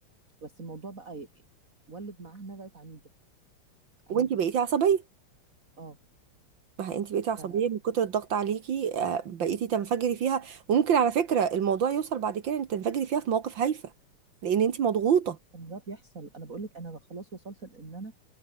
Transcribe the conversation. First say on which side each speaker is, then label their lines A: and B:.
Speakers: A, on the right; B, on the right.
A: بس الموضوع بقى ي- ولد معانا بقت عنيده عند
B: وانت بقيتي عصبيه
A: اه
B: ما هي انت بقيتي عصبيه
A: ف
B: من كتر الضغط عليكي آه، بقيتي تنفجري فيها وممكن على فكره الموضوع يوصل بعد كده ان تنفجري فيها في مواقف هايفه لان انت مضغوطه
A: طب ده بيحصل انا بقول لك انا خلاص وصلت لان انا